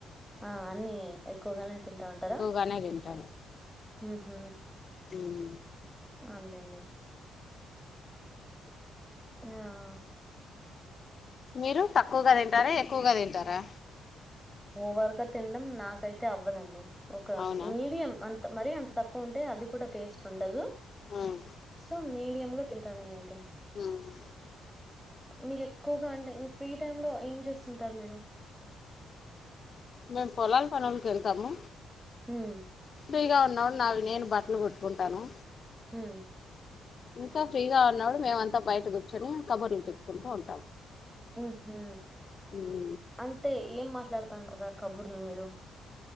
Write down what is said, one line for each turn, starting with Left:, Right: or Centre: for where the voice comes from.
Centre: ఆ అన్ని ఎక్కువగానే తింటా ఉంటారా
Left: బానే తింటాను
Centre: ఉ మ్
Left: హోమ్
Centre: అన్ లేండి య్య
Left: మీరు తక్కువగా తింటారా ఎక్కువగా తింటారా
Centre: ఓవరగా తినడం నాకైతే అవ్వదండి ఒక
Left: అవునా
Centre: మీడియం అం త్ మరీ అంత తక్కువుంటే అది కూడా టేస్ట్ ఉండదు
Left: ఉమ్.
Centre: సో మీడియం గా తింటా నేనైతే
Left: హ్మ్
Centre: మీరు ఎక్కువగా అండీ మీ ఫ్రీ టైమ్ లో ఏం చేస్తుంటారు మీరు
Left: మేమ్ పొలాల్ పనులకి వెళ్తాము
Centre: హ్మ్
Left: ఫ్రీగా ఉన్న నావి నేను బట్లు కుట్టుకుంటాను
Centre: హ్మ్
Left: ఇంకా ఫ్రీగా ఉన్నాపుడు మేమంతా బయట కూర్చొని కబుర్లు చెప్పుకుంటూ ఉంటాము
Centre: హ్మ్ హు
Left: ఉమ్.
Centre: అంటే ఏం మాట్లాడుతా ఉంటారు ఆ కబుర్లు మీరు